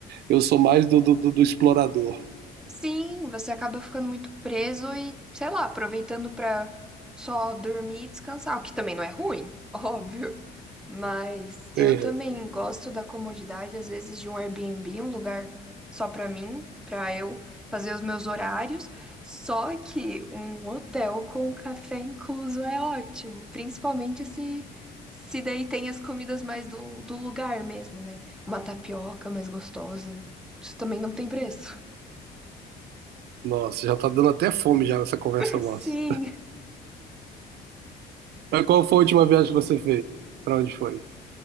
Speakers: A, on the right (about 75°); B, in the centre.
A: eu sou mais do, do, do- do explorador.
B: Sim, você acaba ficando muito preso e, sei lá, aproveitando pra só dormir e descansar, o que também não é ruim, <laughs> óbvio. Mas eu
A: É.
B: também gosto da comodidade, às vezes, de um Airbnb, um lugar só pra mim, pra eu fazer os meus horários. Só que um hotel com café incluso é ótimo, principalmente se se daí tem as comidas mais do, do lugar mesmo, né? Uma tapioca mais gostosa, isso também não tem preço.
A: Nossa, já tá dando até fome já nessa conversa nossa.
B: Sim.
A: Mas qual foi a última viagem que você fez? Pra onde foi?